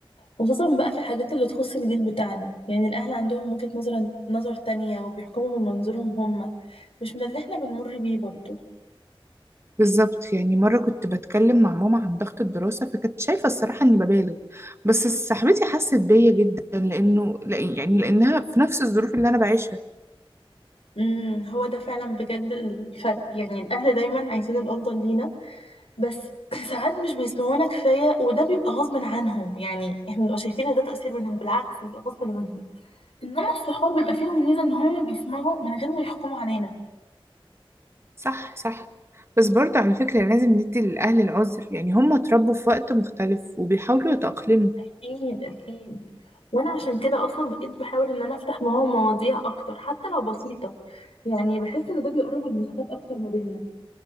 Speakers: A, on the left; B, on the right.
A: خصوصا بقى في الحاجات اللي تخص الجيل بتاعنا يعني الأهل عندهم وجهة نظر نظر تانية وبيحكموا من منظورهم هم مش من اللي إحنا بنمر بيه برضو
B: بالظبط يعني مرة كنت بتكلم مع ماما عن ضغط الدراسة فكانت شايفة الصراحة إني ببالغ بس صاحبتي حست بيا جدا لأنه لأ- يعني لأنها في نفس الظروف اللي أنا بعيشها
A: امم هو ده فعلا بجد الفرق يعني الأهل دايما عايزين الأفضل لينا بس <clears throat> ساعات مش بيسمعونا كفاية وده بيبقى غصب عنهم يعني احنا بنبقى شايفين ان ده تأثير منهم بالعكس بيبقى غصب عنهم انما الصحاب بيبقى فيهم ميزة ان هم بيسمعوا من غير ما يحكموا علينا
B: صح صح بس برضه على فكرة لازم ندي للأهل العذر يعني هم اتربوا في وقت مختلف وبيحاولوا يتأقلموا
A: اكيد اكيد وانا عشان كده اصلا بقيت بحاول ان انا افتح معاهم مواضيع اكتر حتى لو بسيطة يعني بحس ان ده بيقرب المسافات اكتر ما بيننا